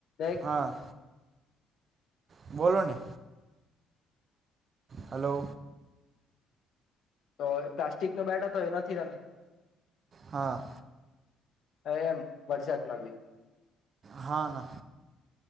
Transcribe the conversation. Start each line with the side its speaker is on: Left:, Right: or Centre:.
Left: એક
Right: હા બોલો ને હલો
Left: તો પ્લાસ્ટિક નો બેટ હતો એ નથી રમી લે
Right: હા
Left: એમ વરસાદમાં બી
Right: હા ના